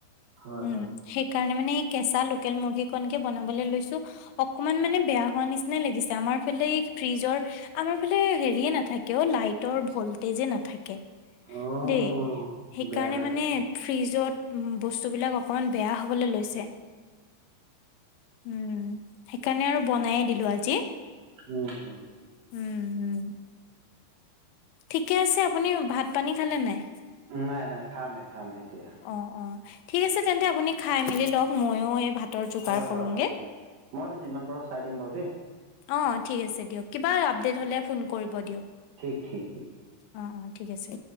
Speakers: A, on the right; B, on the left.
A: হয়
B: উমঁ।
A: হয়
B: সেইকাৰণে মানে এই কেঁচা লোকেল মুৰ্গী কনকে বনাবলৈ লৈছো। অকমান মানে বেয়া হোৱা নিচিনা লাগিছে আমাৰ ফালে এই ফ্ৰিজৰ আমাৰ ফালে সেৰিয়ে নাথাকে অঁ' লাইটৰ ভল্টেজে নাথাকে।
A: অ'
B: দেই সেইকাৰণে
A: বেয়া হৈ
B: মানে
A: গৈছে।
B: ফ্ৰিজত বস্তুবিলাক অকমান বেয়া হ'বলৈ লৈছে। উমঁ' সেইকাৰণে আৰু বনাই এ দিলো আজি।
A: উম।
B: উম উম। ঠিকে আছে, আপুনি ভাত পানী খালে নে নাই?
A: নাই নাই, খাম হে খাম হে এতিয়া।
B: অঁ, অঁ, ঠিক আছে তেন্তে আপুনি খাই মেলি লওক ময়ো এই ভাতৰ যোগাৰ
A: হয়,
B: কৰোগে।
A: হয়, হয়, মইতো যিমান পাৰো চাই দিম বাৰু দেই।
B: অঁ, ঠিক আছে দিয়ক, কিবা আপডেট হ'লে ফোন কৰিব দিয়ক।
A: ঠিক ঠিক ঠিক।
B: অঁ, অঁ, ঠিক আছে।